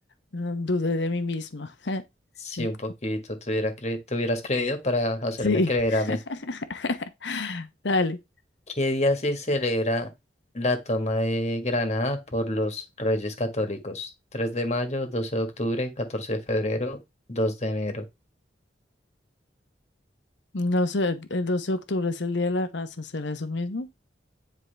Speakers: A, on the left; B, on the left.
A: No dudé de mí misma. <laughs>
B: Sí, un poquito, te hubiera cre- te hubieras creído para hacerme
A: Sí.
B: creer a mí.
A: <laughs> Dale.
B: ¿Qué día se celebra la toma de Granada por los Reyes Católicos? 3 de mayo, 12 de octubre, 14 de febrero, 2 de enero.
A: No sé, el doce de octubre es el Día de la Raza, ¿será eso mismo?